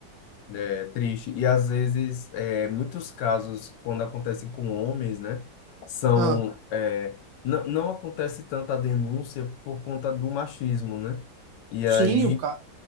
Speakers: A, on the left (about 75°); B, on the right (about 85°).
A: É triste. E às vezes, é, muitos casos, quando acontecem com homens, né, são.
B: Ah,
A: É, não, não acontece tanta denúncia por conta do machismo, né? E
B: sim,
A: aí
B: o cara.